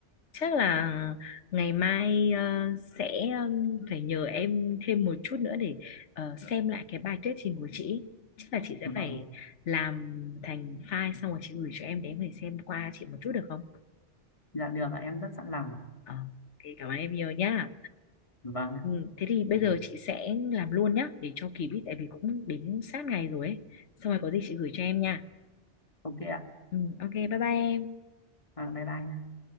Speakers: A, on the left (about 75°); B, on the left (about 30°).
A: chắc là ngày mai ờ, sẽ ừm, phải nhờ em thêm một chút nữa để ờ, xem lại cái bài thuyết trình của chị chắc là chị sẽ
B: Vâng,
A: phải làm thành file xong rồi chị gửi cho em để em có thể xem qua chị một chút được không
B: dạ được ạ, em rất sẵn lòng ạ.
A: ờ thì cảm ơn em nhiều nhá
B: Vâng, ạ.
A: ừ, thế thì bây Ừ. giờ chị sẽ làm luôn nhá để cho kịp ý tại vì cũng đến sát ngày rồi ấy xong rồi có gì chị gửi cho em nha
B: ok ạ,
A: ừ, ok bye bye em
B: Vâng, bye bye nhé.